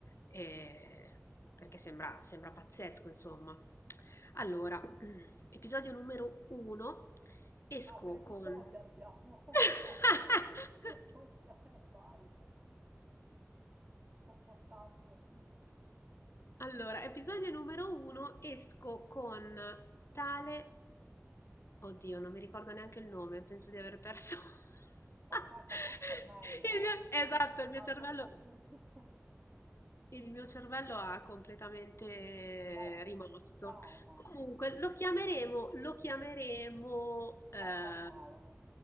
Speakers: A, on the left (about 60°); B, on the right (about 30°).
A: eh, perché sembra, sembra pazzesco, insomma. Allora, <clears throat> episodio numero uno, esco
B: Ah, per episodi
A: con...
B: andiamo.
A: <laughs>
B: <laughs> Ok, vai. Confortante. <laughs>
A: Allora, episodio numero uno, esco con tale Oddio, non mi ricordo neanche il nome, penso di aver perso
B: Ma
A: <laughs>
B: guarda, forse è meglio, eh,
A: il mio esatto, il mio
B: a
A: cervello
B: questo punto.
A: il mio cervello ha completamente
B: <laughs> Rimosso
A: rimosso.
B: per il trauma,
A: Comunque
B: sì.
A: lo chiameremo lo chiameremo, ehm,
B: Giampaolo.